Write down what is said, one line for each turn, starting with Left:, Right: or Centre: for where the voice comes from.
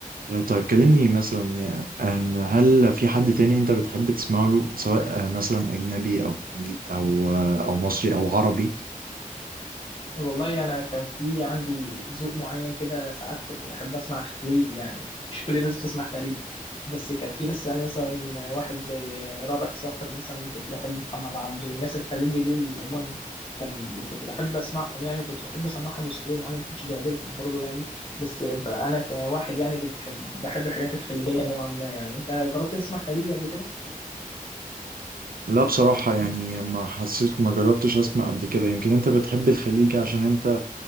Right: طيب كلمني مثلا آه هل في حد تاني انت بتحب تسمع له سواء آه مثلا اجنبي او او آه او مصري او عربي
Left: والله انا كان في عندي ذوق معين كده ساعات كنت بحب اسمع خليجي يعني مش كل الناس بتسمع خليجي بس كان في ناس يعني مثلا واحد زي رابح صقر مثلا كنت بحب محمد عبده والناس الخليجي دي عموما كان كنت بحب اسمعهم يعني وكنت بحب اسمعهم لاصحابي معانا ما كانش بيعجبهم برضه يعني بس بقى انا كواحد يعني بتحب بحب الحاجات الخليجيه نوعا ما يعني انت جربت تسمع خليجي قبل كده؟
Right: لا بصراحة يعني ما حسيت ما جربتش اسمع قبل كده يمكن انت بتحب الخليج عشان انت